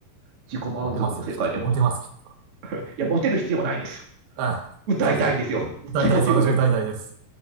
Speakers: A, on the right (about 50°); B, on the right (about 80°).
A: 自己満足の世界でも。
B: モテますよ、きっと。モテます、きっと。
A: いや、モテる必要はないんです。
B: あ、
A: 歌いたいんですよ。
B: そうですね。大体です。
A: 気持ちよくな
B: 私も大体です。